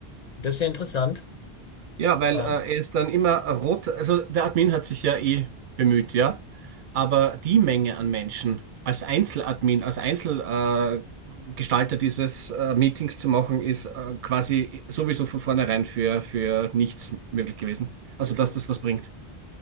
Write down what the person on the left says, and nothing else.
das ist ja interessant.
Ähm,